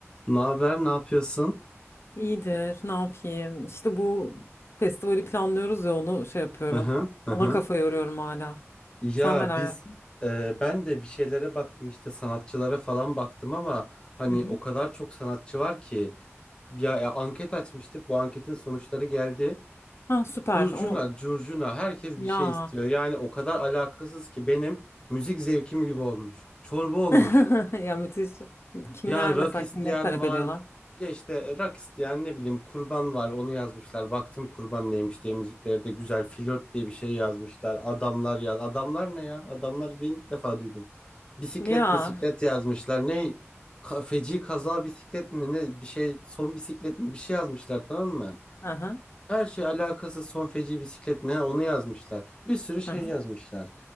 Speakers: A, on the left; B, on the left.
A: Ne haber, ne yapıyorsun?
B: İyidir, ne yapayım? İşte bu festivali planlıyoruz ya onu şey yapıyorum.
A: Hı hı, hı
B: Ona
A: hı.
B: kafa yoruyorum hala.
A: Ya
B: Sen neler
A: biz
B: yaptın?
A: e, ben de bir şeylere baktım işte sanatçılara falan baktım ama hani
B: Hı hı.
A: o kadar çok sanatçı var ki ya, ya anket açmıştık bu anketin sonuçları geldi.
B: Ha süper.
A: Curcuna
B: O
A: curcuna herkes
B: ya.
A: bir şey istiyor yani o kadar alakasız ki benim müzik zevkim gibi olmuş çorba olmuş.
B: <laughs> Ya müthiş. Kimler
A: Ya rak
B: mesela
A: isteyen
B: kimleri talep
A: var.
B: ediyorlar?
A: Ya işte rak isteyen ne bileyim kurban var onu yazmışlar. Baktım kurban neymiş diye müziklerde güzel flört diye bir şey yazmışlar. Adamlar yaz. Adamlar ne ya? Adamlar ben ilk defa duydum. Bisiklet
B: Ya.
A: bisiklet yazmışlar. Ne? Ka- Feci kaza bisiklet mi ne bir şey son bisiklet mi bir şey yazmışlar tamam mı?
B: Aha,
A: Her şey alakası son feci bisiklet mi ha, onu yazmışlar. Bir sürü şey
B: aha.
A: yazmışlar.